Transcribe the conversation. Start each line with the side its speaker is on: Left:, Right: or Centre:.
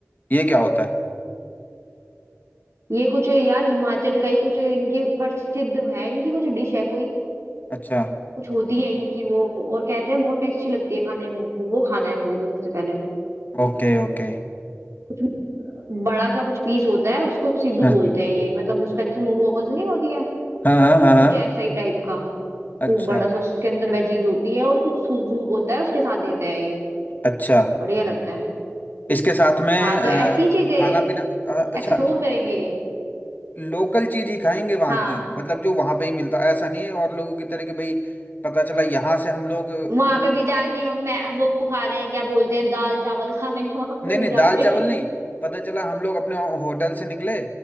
Left: ये क्या होता है
Right: ये कुछ यार हिमाचल का ही कुछ इनकी प्रसिद्ध है इनकी कुछ डिश है कोई
Left: अच्छा
Right: कुछ होती है इनकी वो और कहते हैं बहुत टेस्टी लगती है खाने में वो वो खाना है मुझे तो सबसे पहले
Left: Okay okay
Right: कुछ बड़ा सा कुछ पीस होता है उसको सिड्डू
Left: हाँ
Right: बोलते हैं ये मतलब उसका जैसे मोमोज नहीं होती है
Left: हाँ हाँ हाँ हाँ,
Right: कुछ ऐसा ही टाइप का
Left: अच्छा
Right: खूब बड़ा सा उसके अंदर वेजीज होती है और कुछ सूप वूप होता है उसके साथ देते हैं ये
Left: अच्छा
Right: बढ़िया लगता है
Left: इसके साथ में
Right: हाँ
Left: अ,
Right: तो ऐसी चीजें
Left: खाना पीना अ, अच्छा
Right: एक्सप्लोर करेंगे
Left: लोकल चीज ही खाएंगे वहाँ
Right: हाँ
Left: की मतलब जो वहाँ पे ही मिलता है ऐसा नहीं है और लोगों की तरह कि भाई पता चला यहाँ से हम लोग
Right: वहां
Left: अपना
Right: पे भी जाके हम मैं वो खा रहे हैं क्या बोलते हैं दाल चावल खा रहे हैं वहां
Left: नहीं
Right: पे भी
Left: नहीं दाल
Right: जाके
Left: चावल नहीं पता चला हम लोग अपने होटल से निकले